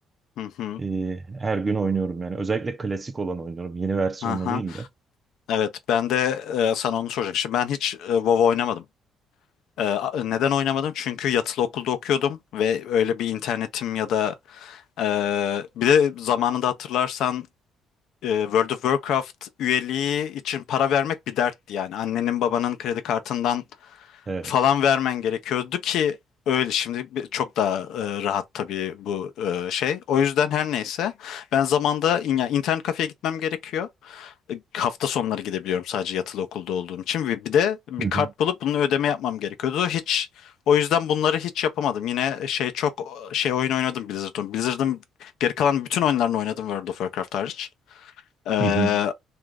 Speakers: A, on the left (about 75°); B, on the right (about 25°).
A: Hı hı.
B: e, her gün oynuyorum yani. Özellikle klasik olan oynuyorum. Yeni versiyonunu
A: Aha.
B: değil de.
A: Evet, ben de e, sana onu soracaktım. Şimdi ben hiç e, WoW oynamadım. E, a- neden oynamadım? Çünkü yatılı okulda okuyordum ve öyle bir internetim ya da e, bir de zamanında hatırlarsan e, World of Warcraft üyeliği için para vermek bir dertti yani. Annenin babanın kredi kartından
B: Evet.
A: falan vermen gerekiyordu ki öyle şimdi bir- çok daha e, rahat tabii bu e, şey. O yüzden her neyse ben zamanda in- yani internet kafeye gitmem gerekiyor. E, Hafta sonları gidebiliyorum sadece yatılı okulda olduğum için ve bir de bir
B: Hı
A: kart
B: hı.
A: bulup bunun ödeme yapmam gerekiyordu. Hiç o yüzden bunları hiç yapamadım. Yine e, şey çok şey oyun oynadım Blizzard'ın. Blizzard'ın geri kalan bütün oyunlarını oynadım World of Warcraft hariç. Ee,
B: Hı hı.